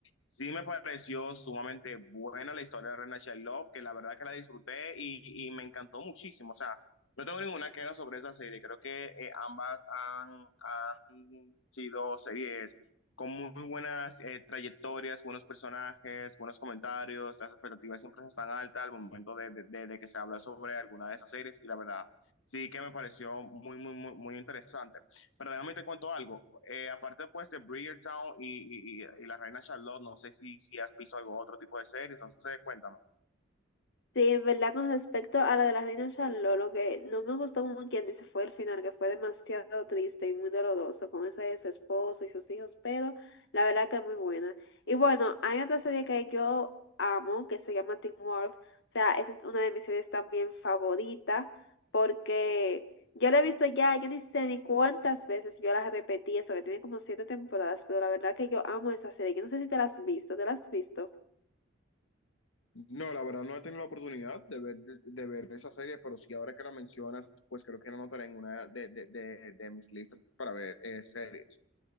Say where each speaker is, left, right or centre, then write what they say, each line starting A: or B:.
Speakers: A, on the left (about 80°); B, on the left (about 60°).
A: sí me pareció sumamente buena la historia de la reina Charlotte, que la verdad que la disfruté y, y me encantó muchísimo, o sea, no tengo ninguna queja sobre esa serie. Creo que eh, ambas han, han, sido series con muy buenas eh, trayectorias, buenos personajes, buenos comentarios, las expectativas siempre están altas al momento de, de, de, de que se habla sobre alguna de esas series y la verdad sí que me pareció muy, muy, muy, muy interesante. Pero déjame te cuento algo, eh, aparte pues de Bridgertown y, y, y, y La Reina Charlotte, no sé si, si has visto algo, otro tipo de series, no sé, cuéntame.
B: Sí, en verdad, con respecto a la de la reina Charlotte, lo que no me gustó como quien dice fue el final, que fue demasiado triste y muy doloroso con esa de su esposo y sus hijos, pero la verdad que es muy buena. Y bueno, hay otra serie que yo amo, que se llama Teen Wolf, o sea, esa es una de mis series también favoritas, porque yo la he visto ya, yo ni sé ni cuántas veces yo las repetí, eso que tiene como siete temporadas, pero la verdad que yo amo esa serie, yo no sé si te la has visto, ¿te la has visto?
A: No, la verdad no he tenido la oportunidad de ver, de, de ver esa serie, pero sí ahora que la mencionas, pues creo que la anotaré en una de, de de, de mis listas para ver eh, series.